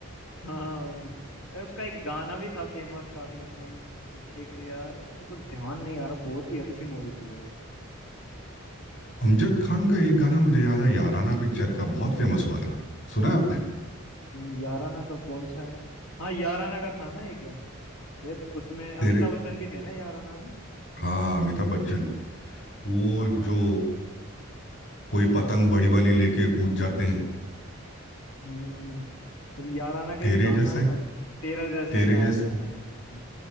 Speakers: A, on the left (about 80°); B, on the left (about 55°).
A: हाँ वही अरे उसका एक गाना भी था फेमस काफी मतलब एक यार मेरे को ध्यान नहीं आ रहा बहुत ही अच्छी मूवी थी वो
B: अमजद खान का एक गाना मुझे याद है याराना पिक्चर का बहुत फेमस हुआ था सुना है आपने
A: हम्म, याराना का कौन सा है हाँ याराना का था ना एक ये उसमें अमिताभ
B: तेरे
A: बच्चन भी थे ना याराना में
B: हाँ अमिताभ बच्चन वो
A: हाँ
B: जो कोई
A: नाम
B: पतंग बड़ी वाली लेके कूद जाते हैं
A: हम्म फिर याराना का
B: तेरे
A: एक गाना
B: जैसा
A: था
B: है
A: तेरा जैसा
B: तेरे
A: यार
B: जैसा
A: का हाँ